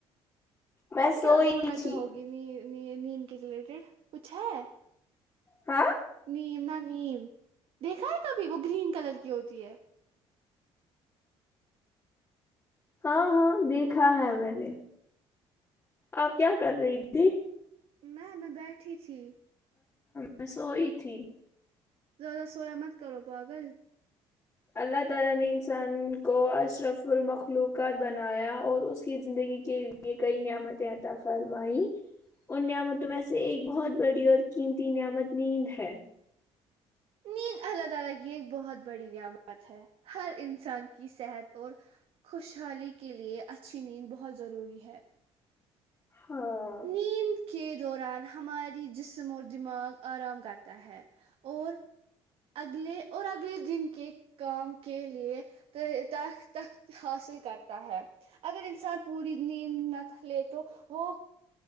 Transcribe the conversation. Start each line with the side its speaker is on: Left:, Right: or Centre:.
Left: میں
Right: آپ
Left: سوئی
Right: کیا بولنا
Left: تھی
Right: چاہو گی ن نی نیم کے ریلیٹیڈ <inaudible> کچھ ہے
Left: ہاں
Right: نیم نہ نیم دیکھا ہے کبھی وہ گرین کلر کی ہوتی ہے
Left: ہاں ہاں دیکھا ہے میں نے آپ کیا کر رہی تھی <unintelligible>
Right: میں میں بیٹھی تھی
Left: میں سوئی تھی
Right: زیادہ سویا مت کرو پاگل
Left: اللہ تعالی نے انسان کو اشرف المخلوقات بنایا اور اس کی زندگی کے لیے کئی نعمتیں عطا فرمائییں ان نعمتوں میں سے ایک بہت بڑی اور قیمتی نعمت نیند ہے
Right: نین اللہ تعالی کی ایک بہت بڑی نعمت ہے ہر انسان کی صحت اور خوشحالی کے لیے اچھی نیند بہت ضروری ہے
Left: ہاں
Right: نیند کے دوران ہماری جسم اور دماغ آرام کرتا ہے اور اگلے اور اگلے دن کے کام کے کے لیے تخت حاصل کرتا ہے اگر انسان پوری نیند نہ لے تو وہ